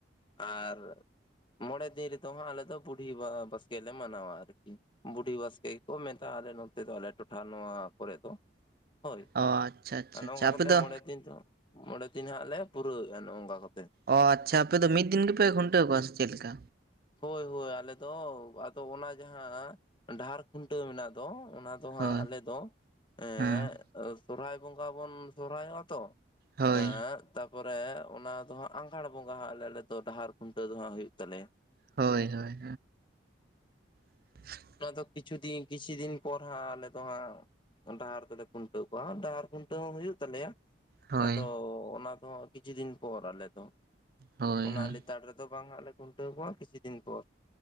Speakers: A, on the left; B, on the right.
A: ᱟᱨ ᱢᱚᱬᱮᱼᱼ ᱫᱤᱱ ᱨᱮᱫᱚ ᱵᱩᱰᱦᱤ <unintelligible> ᱵᱟᱥᱠᱮ ᱞᱮ ᱢᱟᱱᱟᱣᱟ ᱟᱨᱠᱤ ᱵᱩᱰᱷᱤ ᱵᱟᱥᱠᱮ ᱜᱮᱠᱚ ᱢᱮᱛᱟᱜ-ᱟ ᱟᱞᱮ ᱱᱚᱛᱮ ᱫᱚ ᱟᱞᱮ ᱴᱚᱴᱷᱟ ᱱᱚᱣᱟ ᱠᱚᱨᱮ ᱫᱚ ᱦᱳᱭ
B: ᱚ ᱟᱪᱪᱷᱟ ᱟᱪᱪᱷᱟ
A: ᱟᱨ ᱱᱚᱝᱠᱟ
B: ᱟᱪᱪᱷᱟ ᱟᱯᱮ
A: ᱠᱟᱛᱮᱫ
B: ᱫᱚ
A: ᱢᱚᱬᱮ ᱫᱤᱱ ᱫᱚ ᱢᱚᱬᱮ ᱫᱤᱱ ᱦᱟᱸᱜ ᱞᱮ ᱯᱩᱨᱟᱹᱣᱮᱜᱼᱟ ᱱᱚᱜ ᱱᱚᱝᱠᱟ ᱠᱟᱛᱮ
B: ᱚ ᱟᱪᱪᱷᱟ ᱟᱯᱚ ᱢᱤᱫ ᱫᱤᱱ ᱜᱮᱯᱮ ᱠᱷᱩᱱᱴᱟᱹᱣ ᱠᱚᱣᱟ ᱥᱮ ᱪᱮᱫ ᱞᱮᱠᱟ
A: ᱦᱳᱭ ᱦᱳᱭ ᱟᱞᱮ ᱫᱚ ᱟᱫᱚ ᱚᱱᱟ ᱡᱟᱦᱟᱸ ᱰᱟᱦᱟᱨ ᱠᱷᱩᱱᱴᱟᱹᱣ ᱢᱮᱱᱟᱜ ᱫᱚ ᱚᱱᱟ ᱫᱚ ᱟ ᱫᱚ
B: ᱦᱳᱭ
A: ᱦᱟᱸᱜ ᱟᱞᱮ ᱫᱚ ᱮ
B: ᱦᱮᱸ
A: ᱥᱚᱨᱚᱦᱦᱟᱭ ᱵᱚᱸᱜᱟ ᱵᱚᱱ ᱥᱚᱨᱦᱟᱭᱚᱜ-ᱟ ᱛᱚ
B: ᱦᱳᱭ
A: ᱟᱨ ᱛᱟᱯᱚᱨᱮ ᱚᱱᱟ ᱫᱚ ᱦᱟᱸᱜ ᱟᱸᱜᱷᱟᱲ ᱵᱚᱸᱜᱟ ᱦᱟᱸᱜ ᱟ ᱟᱞᱮ ᱫᱚ ᱰᱟᱦᱟᱨ ᱠᱷᱩᱱᱴᱟᱹᱣ ᱫᱚ ᱦᱟᱸᱜ ᱦᱩᱭᱩᱜ ᱛᱟᱞᱮᱭᱟ
B: ᱦᱳᱭ ᱦᱳᱭ <inaudible>
A: ᱚᱱᱟ ᱫᱚ ᱠᱤᱪᱷᱩ ᱫᱤᱱ ᱠᱤᱪᱷᱩ ᱫᱤᱱ ᱯᱚᱨ ᱦᱟᱸᱜ ᱟᱞᱮ ᱫᱚ ᱦᱟᱸᱜ ᱰᱟᱦᱟᱨ ᱛᱟᱞᱮ ᱠᱷᱩᱱᱴᱟᱹᱣ ᱠᱚᱣᱟ ᱰᱟᱦᱟᱨ ᱠᱷᱩᱱᱴᱟᱹᱣ ᱦᱚ ᱦᱩᱭᱩᱜ ᱛᱟᱞᱮᱭᱟ
B: ᱦᱳᱭ
A: ᱟᱫᱚ ᱚᱱᱟ ᱫᱚᱦᱚᱜ ᱠᱤᱪᱷᱩ ᱫᱤᱱ ᱯᱚᱨ ᱟᱞᱮ ᱫᱚ
B: ᱦᱳᱭ
A: ᱚᱱᱟ
B: ᱦᱳᱭ
A: ᱞᱮᱛᱟᱲ ᱨᱮᱫᱚ ᱵᱟᱝ ᱦᱟᱸᱜ ᱞᱮ ᱠᱷᱩᱱᱴᱟᱹᱣ ᱠᱚᱣᱟ ᱠᱤᱪᱷᱩ ᱫᱤᱱ ᱯᱚᱨ